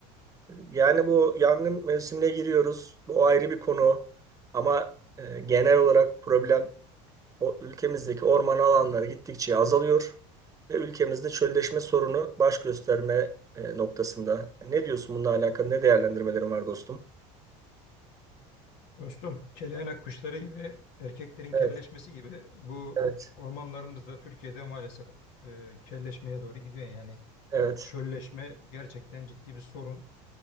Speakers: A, on the right; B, on the left.
A: yani bu yangın mevsimine giriyoruz. Bu ayrı bir konu. Ama e, genel olarak problem o ülkemizdeki orman alanları gittikçe azalıyor ve ülkemizde çölleşme sorunu baş gösterme e, noktasında. Ne diyorsun bununla alakalı? Ne değerlendirmelerin var dostum?
B: Dostum, keleynak kuşları gibi, erkeklerin
A: Evet,
B: kelleşmesi gibi bu
A: evet,
B: ormanlarımız da Türkiye'de maalesef e, kelleşmeye doğru gidiyor. Yani
A: evet,
B: çölleşme gerçekten ciddi bir sorun.